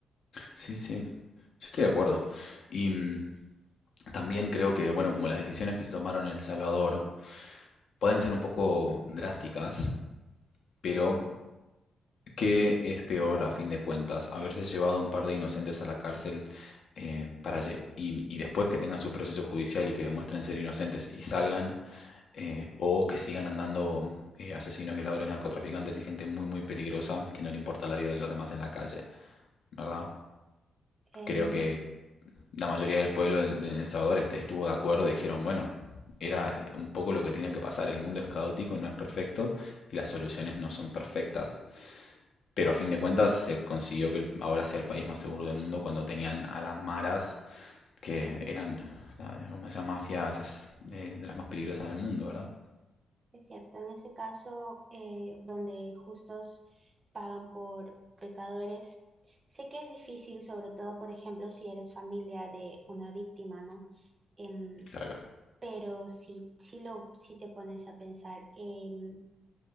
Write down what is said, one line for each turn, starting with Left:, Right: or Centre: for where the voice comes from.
Left: Sí, sí, yo estoy de acuerdo. Y mm, también creo que, bueno, como las decisiones que se tomaron en El Salvador pueden ser un poco drásticas, pero ¿Qué es peor a fin de cuentas? ¿Haberse llevado un par de inocentes a la cárcel eh, para lle- y, y después que tengan su proceso judicial y que demuestren ser inocentes y salgan, eh, o que sigan andando eh, asesinos, violadores, narcotraficantes y gente muy, muy peligrosa que no le importa la vida de los demás en la calle, ¿verdad?
Right: Em,
Left: Creo que la mayoría del pueblo de, de El Salvador est- estuvo de acuerdo y dijeron, bueno, era un poco lo que tenía que pasar, el mundo es caótico, no es perfecto y las soluciones no son perfectas. Pero a fin de cuentas se consiguió que el- ahora sea el país más seguro del mundo cuando tenían a las maras, que
Right: sí.
Left: eran la- como esa mafia, esas de, de las más peligrosas del mundo, ¿verdad?
Right: Es cierto, en ese caso, eh, donde justos pagan por pecadores, sé que es difícil, sobre todo, por ejemplo, si eres familia de una víctima, ¿no? Em,
Left: Claro.
Right: pero si, si, lo, si te pones a pensar em,